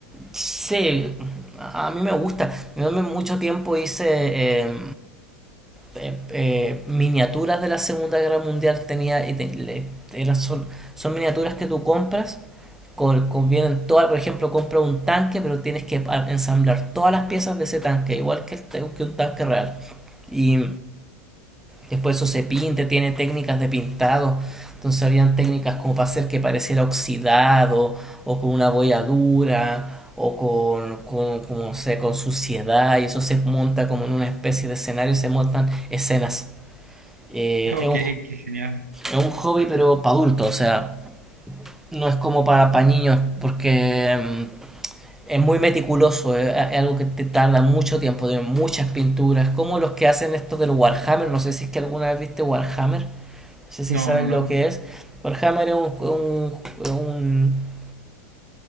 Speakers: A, in the centre; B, on the right.
A: Sí, a mí me gusta. Yo en mucho tiempo hice eh, eh, eh, miniaturas de la Segunda Guerra Mundial. Tenía, y te- le- era- son, son miniaturas que tú compras con- convienen todas, por ejemplo, compra un tanque, pero tienes que ensamblar todas las piezas de ese tanque, igual que, el que un tanque real. Y después eso se pinte, tiene técnicas de pintado. Entonces habían técnicas como para hacer que pareciera oxidado, o con una bolladura, o con, con, con, no sé, con suciedad, y eso se monta como en una especie de escenario, se montan escenas. Eh,
B: Ok,
A: es un,
B: qué genial.
A: es un hobby, pero para adultos, o sea, no es como para, para niños, porque mm, es muy meticuloso, es, es algo que te tarda mucho tiempo, tiene muchas pinturas, como los que hacen esto del Warhammer, no sé si es que alguna vez viste Warhammer, no sé si
B: No,
A: saben
B: no, no.
A: lo que es. Warhammer es un... un, un